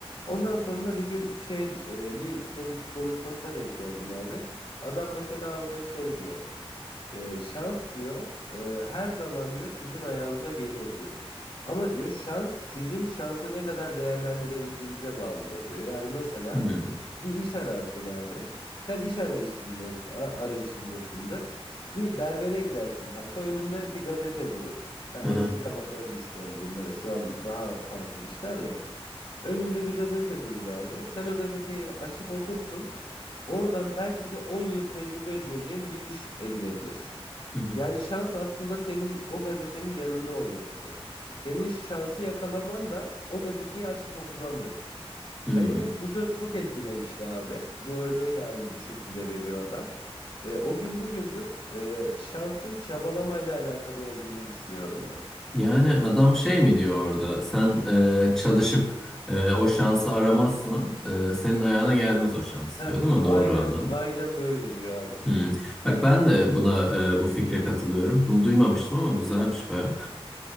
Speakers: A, on the left (about 55°); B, in the centre.
A: Ondan sonra bir gün şey e, bir TEDx konuşmasına denk geldim abi. Adam mesela orada şey diyor. Ee, şans diyor e, her zaman diyor sizin ayağınıza gelir diyor. Ama diyor şans sizin şansı ne kadar değerlendirebildiğinize bağlıdır diyor. Yani mesela
B: Hmm.
A: bir iş ararsın abi. Sen iş arayışında a- arayışındasındır. Bir berbere gidersin kanka. Önünde bir gazete durur. Ha,
B: Hı
A: eski
B: hı.
A: zamanları düşün hani bundan şu an daha farklı işler de. Önünde bir gazete durur abi. Sen o gazeteyi açıp okursun. Oradan belki de 10 yıl tecrübe edineceğin bir iş edinebilirsin.
B: Hı hı.
A: Yani şans aslında senin o gazetenin yanında olmasıdır. Senin şansı yakalaman da o gazeteyi açıp okumandır.
B: Hmm.
A: Beni bu söz çok etkilemişti abi. Bu örneği de aynı bu şekilde veriyor adam. E, o gün bugündür e, şansın çabalamayla alakalı olduğunu düşünüyorum ben.
B: Yani adam şey mi diyor orada? Sen e, çalışıp e, o şansı aramazsan e, senin ayağına gelmez o şans
A: Heh,
B: diyor, değil mi? Doğru
A: aynen
B: anladım.
A: aynen böyle diyor abi.
B: Hmm. Bak ben de buna e, bu fikre katılıyorum. Bunu duymamıştım ama güzelmiş baya.